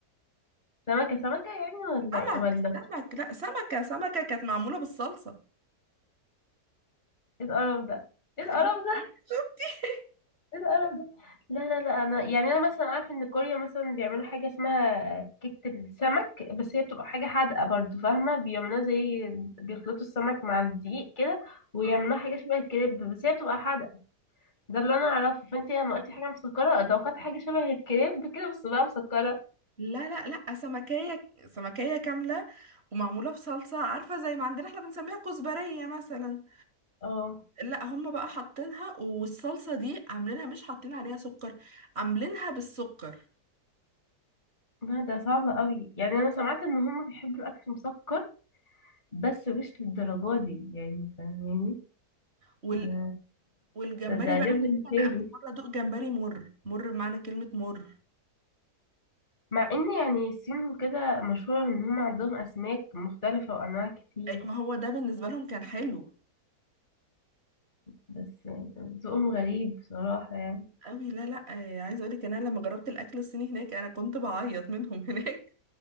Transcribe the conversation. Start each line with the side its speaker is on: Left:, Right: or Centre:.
Left: سمكه سمكه يعني ولا
Right: سمك
Left: إيه؟ ولا
Right: سمك لا سمكه سمكه كانت معموله بالصلصه
Left: ايه القرف ده ايه
Right: شفتي
Left: القرف ده
Right: شفتي
Left: ايه القرف ده لا لا لا انا يعني انا مثلا عارفه ان كوريا مثلا بيعملوا حاجه اسمها كيكه السمك بس هي بتبقى حاجه حادقه برضو فاهمه بيعملوها زي بيخلطوا السمك مع الدقيق كده ويعملوها
Right: <laughs>
Left: حاجه شبه الكريب بس هي بتبقى حادقه ده اللي انا اعرفه فانت لما قلتي حاجه مسكره توقعت حاجه شبه الكريب كده بس بقى مسكره
Right: لا لا لا سمكية سمكية كاملة ومعمولة بصلصة عارفة زي ما عندنا احنا بنسميها كزبرية مثلا
Left: اه
Right: لا هم بقى حاطينها والصلصة دي عاملينها مش حاطين عليها سكر عاملينها بالسكر
Left: لا ده صعب قوي يعني انا سمعت ان هم بيحبوا الاكل مسكر بس مش للدرجه دي يعني فاهماني
Right: وال...
Left: ده
Right: والجمبري
Left: ده ده
Right: بقى
Left: ليفل
Right: هناك كان
Left: تاني
Right: آخر مرة دوق جمبري مر مر بمعنى كلمة مر
Left: مع ان يعني الصين وكده مشهورة ان هم عندهم اسماك مختلفة وانواع كتير
Right: إيه، ما هو ده بالنسبة لهم كان حلو
Left: بس يعني ذوقهم غريب بصراحة يعني
Right: قوي لا لا إيه، عايزة اقولك ان انا لما جربت الاكل الصيني هناك انا كنت بعيط منهم <laughs> هناك